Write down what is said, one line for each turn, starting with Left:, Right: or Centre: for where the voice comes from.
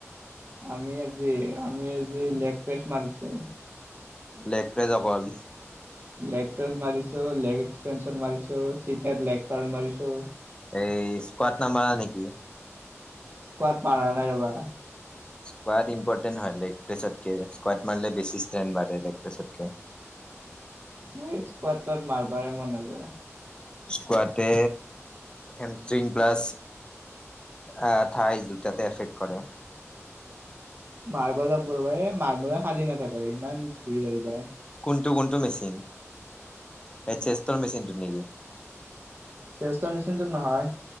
Right: আমি আজি আমি আজি লেগ পেচ মাৰিছো
Left: লেগপেজ অকল
Right: লেগ প্ৰেচ মাৰিছো লেগ এক্সটেনশন মাৰিছো চিতে লেগ কাৰ্ মিৰিছো।
Left: এই স্কোৱাড নামাৰা নেকি?
Right: স্কোৱাত পাৰা নাই ৰ'বা।
Left: স্কোৱাড ইম্পৰ্টেণ্ট হয় লেগ প্ৰেছতকে স্কোৱাড মাৰে বেছি ষ্ট্ৰেন বাঢ়ে লেগ প্ৰেছতকে।
Right: সেই স্কাৱাত মাৰবা ৰে মন নাযায়।
Left: স্কোৱাতে হেমষ্ট্ৰিং প্লাছ আহ ঠাইজ দুটাতে এফেক্ট কৰে।
Right: মাৰবা লাগবো ৰবা এ মানুহে খালী নাথাকে ইমান ভিৰ হৈ যায়।
Left: কোনটো কোনটো মেচিন? এই চেষ্টৰ মেচিনটো নেকি?
Right: চেষ্টৰ মেচিনটোত নহয়